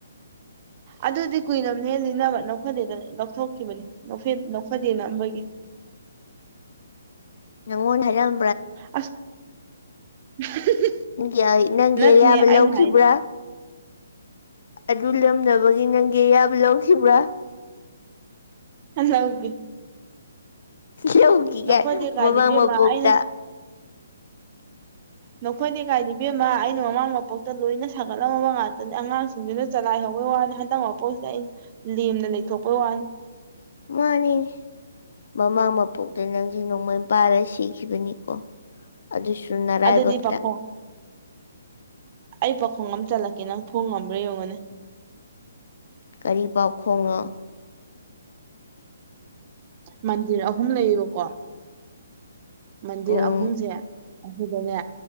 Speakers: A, on the right; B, on the left.
A: ꯑꯗꯨꯗꯤ ꯀꯨꯏꯔꯝ ꯅꯦ ꯂꯤꯅꯕ ꯅꯣꯛꯐꯗꯦꯗ ꯂꯧꯊꯣꯛꯈꯤꯕꯅꯤ ꯅꯣꯛꯐꯦ ꯅꯣꯛꯐꯗꯦ ꯅꯝꯕꯒꯤ
B: ꯅꯪꯉꯣꯟ ꯍꯥꯏꯔꯝ꯫
A: ꯑꯁ <unintelligible>
B: ꯌꯥꯢ ꯅꯪꯒꯤ
A: ꯅꯠꯇꯦꯍꯦ
B: ꯑꯌꯥꯕ
A: ꯑꯩꯅ
B: ꯂꯧꯈꯤꯕ꯭ꯔꯥ
A: ꯍꯥꯏ
B: ꯑꯗꯨ ꯂꯨꯝꯅꯕꯒꯤ ꯅꯪꯒꯤ ꯑꯌꯥꯕ ꯂꯧꯈꯤꯕ꯭ꯔꯥ
A: <unintelligible>
B: ꯌꯧꯈꯤꯒꯥꯏ
A: ꯅꯣꯛꯐꯗꯦ ꯀꯥꯏꯗꯤ
B: ꯃꯃꯥꯡ
A: ꯏꯕꯦꯝꯃ
B: ꯃꯄꯣꯛꯇ
A: ꯑꯩꯅ ꯅꯣꯛꯐꯗꯦ ꯀꯥꯏ ꯕꯦꯝꯃ ꯑꯩꯅ ꯃꯃꯥꯡ ꯃꯄꯣꯛꯇ ꯂꯣꯏꯅ ꯁꯥꯒꯠꯂꯝꯃꯕ ꯉꯥꯛꯇꯅꯦ ꯑꯉꯥꯡꯁꯤꯡꯗꯨꯅ ꯆꯂꯥꯏꯍꯧꯕꯩ ꯋꯥꯅꯤ <unintelligible> ꯂꯦꯝꯅ ꯂꯩꯊꯣꯛꯄꯩ ꯋꯥꯅꯤ
B: ꯃꯥꯅꯤ ꯃꯃꯥꯡ ꯃꯄꯣꯛꯇ ꯅꯪꯁꯦ ꯅꯣꯡꯃꯩ ꯄꯥꯜꯂ ꯁꯤꯈꯤꯕꯅꯤꯀꯣ ꯑꯗꯨꯁꯨ ꯅꯔꯥꯏꯕꯛꯇ
A: ꯑꯗꯨꯗꯤ ꯄꯥꯈꯣꯡ ꯑꯩ ꯄꯥꯈꯣꯡ ꯑꯃ ꯆꯠꯂꯛꯀꯦ ꯅꯪ ꯐꯣꯡ ꯉꯝꯕ꯭ꯔꯥ ꯌꯦꯡꯉꯨꯅꯦ
B: ꯀꯔꯤ ꯄꯥꯎꯈꯣꯡꯅꯣ
A: ꯃꯟꯗꯤꯔ ꯑꯍꯨꯝ ꯂꯩꯌꯦꯕꯀꯣ ꯃꯟꯗꯤꯔ
B: ꯎꯝ
A: ꯑꯍꯨꯝꯁꯦ ꯑꯗꯨꯗꯅꯦ